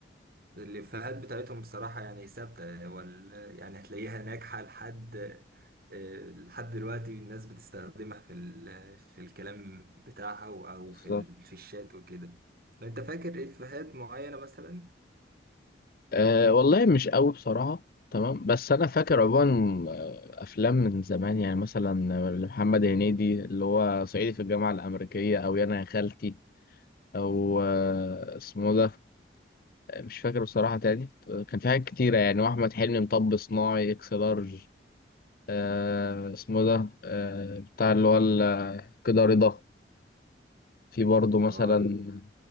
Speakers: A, on the right (about 55°); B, on the left (about 55°).
A: الإفيهات بتاعتهم بصراحة يعني ثابتة وال... يعني هتلاقيها ناجحة لحد آه، لحد دلوقتي الناس بتستخدمها في ال... في الكلام بتاعها و- أو
B: بالظبط
A: في ال... في الشات وكده أنت فاكر إفيهات معينة مثلا؟
B: أه والله مش قوي بصراحة تمام بس أنا فاكر عموما آه، أفلام من زمان يعني مثلا محمد هنيدي اللي هو صعيدي في الجامعة الأمريكية أو يا أنا يا خالتي أو آه، اسمه ده مش فاكر بصراحة تاني كان في حاجات كتيرة يعني وأحمد حلمي مطب صناعي إكس لارج أه اسمه ده أه بتاع اللي هو ال- كده رضا في برضه مثلا
A: اه